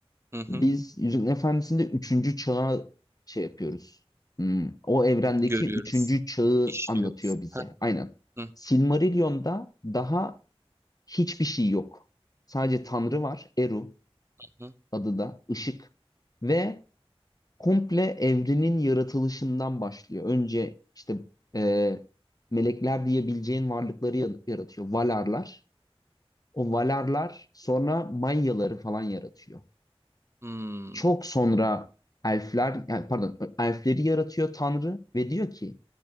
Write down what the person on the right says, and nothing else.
hı hı.
Görüyoruz,
işliyoruz.
Heh,
Hı
hı hı.
Hımm.